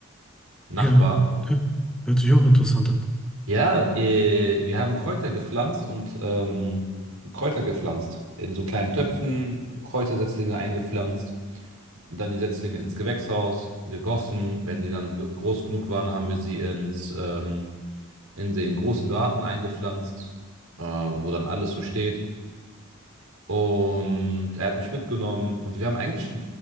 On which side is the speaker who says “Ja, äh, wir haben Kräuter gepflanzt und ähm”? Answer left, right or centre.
Right